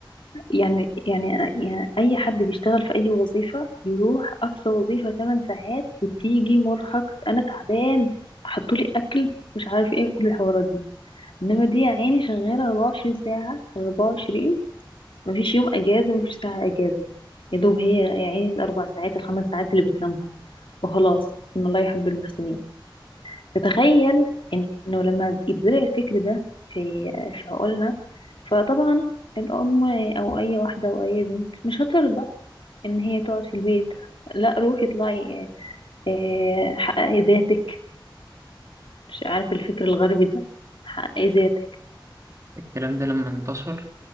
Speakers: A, on the left; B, on the right.
A: يعني يعني يعني أي حد بيشتغل في أي وظيفة بيروح أقصى وظيفة 8 ساعات وبتيجي مرهق أنا تعبان حطولي أكل مش عارف إيه كل الحوارات دي إنما دي يا عيني شغالة 24 ساعة على 24 مفيش يوم اجازه مفيش ساعه اجازه يا دوب هي يعني الاربع ساعات الخمس ساعات اللي بتنامهم وخلاص ان الله يحب المحسنين فتخيل انه لما يتزرع الفكر ده في في عقولنا فطبعا الام او اي واحده او اي بنت مش هترضى ان هي تقعد في البيت لا روحي اطلعي آه، حققي ذاتك مش عارف الفكر الغربي ده حققي ذاتك
B: الكلام ده لما انتشر